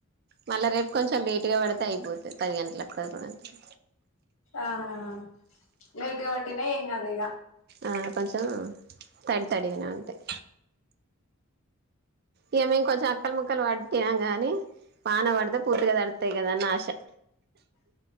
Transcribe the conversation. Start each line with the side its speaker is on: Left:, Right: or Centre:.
Right: మళ్ళా రేపు కొంచెం లేటుగా పడితే అయిపోతది పది గంటలకు పదకొండు గంటలకు.
Left: ఆహ్ లైటుగ పట్టిన ఏం కాదు ఇగ.
Right: ఆహ్ కొంచెం తడి తడిగనే ఉంటయ్. ఇగ మేం కొంచెం అక్కలు ముక్కలు పట్టినం గానీ వాన పడితే పూర్తిగ తడుతయ్ గదన్న ఆశ.